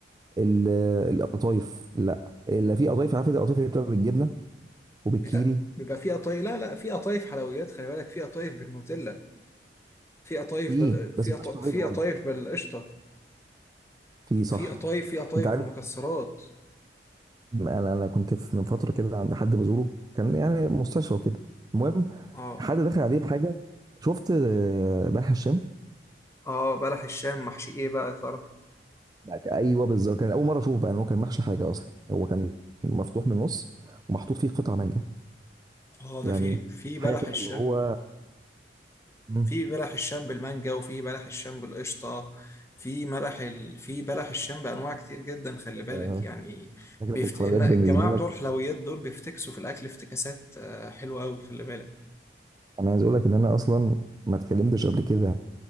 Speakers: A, on the right; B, on the left.
A: ال- آه، القطايف لا اللي في قطايف عارف القطايف اللي بتبقى بالجبنه وبالكيري
B: لا بيبقى في قطايف لا لا في قطايف حلويات خلي بالك في قطايف بالنوتيلا في قطايف
A: في
B: بال
A: ايه
B: في
A: بس مش
B: قط...
A: طبيعيه
B: في
A: برضه
B: قطايف بالقشطه
A: في صح
B: في قطايف في قطايف
A: انت عارف
B: بالمكسرات
A: انا انا كنت في من فتره كده عند حد بزوره كان يعني مستشفى كده المهم
B: اه
A: حد دخل عليه بحاجه شفت آه، بلح الشام
B: اه بلح الشام محشي ايه بقى يا ترى
A: بقى- ايوه بالظبط كان اول مره اشوف بقى ان هو كان محشي حاجه اصلا هو كان مفتوح من النص ومحطوط فيه قطع مانجا
B: اه
A: يعني
B: ده في في
A: حاجه
B: بلح
A: كده
B: الشام
A: اللي هو مم.
B: في بلح الشام بالمانجا وفي بلح الشام بالقشطه في ملح ال... في بلح الشام بانواع كتير جدا خلي بالك
A: آه،
B: يعني
A: فكره
B: بيفت...
A: الحلويات
B: إن- الجماعه
A: بالنسبه لك
B: بتوع الحلويات دول بيفتكسوا في الاكل افتكاسات آه، حلوه قوي خلي بالك
A: انا عايز اقول لك ان انا اصلا ما اتكلمتش قبل كده